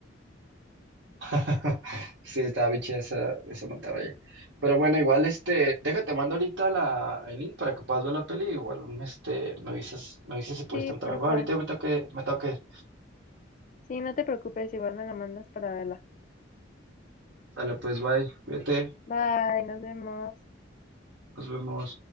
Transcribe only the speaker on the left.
Sí,
porfa.
Sí, no te preocupes, igual me la mandas para verla.
Bye, nos vemos.